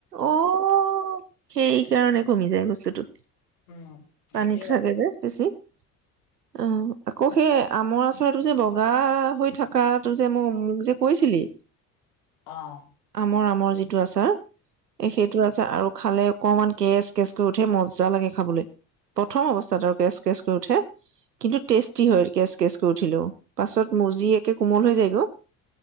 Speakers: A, on the right; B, on the left.
A: অঁ সেই কাৰণে কমি যায় বস্তুটো
B: উম সেইটোৱে
A: পানীটো
B: কথা
A: থাকে যে বেছি অ আকৌ সেই আমৰ আচাৰটো যে বগা হৈ থকাটো যে মোক মোক যে কৈছিলি
B: অঁ
A: মই আমৰ যিটো আচাৰ এ সেইটো আছে আৰু খালে অকমান কেচ কেচ কৰি উঠে মজা লাগে খাবলৈ প্ৰথম অৱস্থাত আৰু কেচ কেচ কৰি উঠে কিন্তু টেষ্টি হয় কেচ কেচ কৰি উঠিলেও পাছত মজি একে কোমল হৈ গৈ